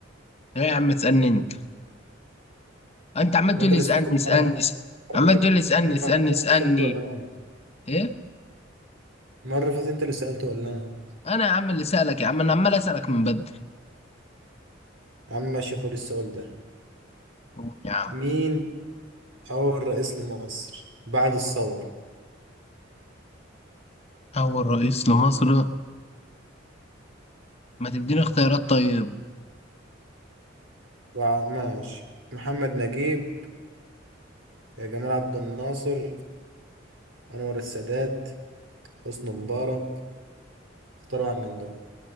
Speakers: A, on the left; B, on the right.
A: يا عم تسألني انت انت عمال
B: وانت
A: تقول لي
B: اللي
A: اسالني
B: سالت المره
A: اسالني
B: اللي
A: اسألني.
B: فاتت
A: عمال
B: المره
A: تقول
B: اللي
A: لي
B: فاتت
A: اسالني اسالني اسالني
B: انت سالت ولا انا
A: ايه
B: المره اللي فاتت انت اللي سالت ولا انا
A: انا يا عم اللي سالك يا عم انا عمال اسالك من بدري
B: يا عم ماشي خد السؤال ده
A: قول يا عم
B: مين اول رئيس لمصر بعد الثوره
A: اول رئيس لمصر ما تديني اختيارات طيب
B: بع- ماشي محمد نجيب جمال عبد الناصر انور السادات حسني مبارك اختار واحد من دول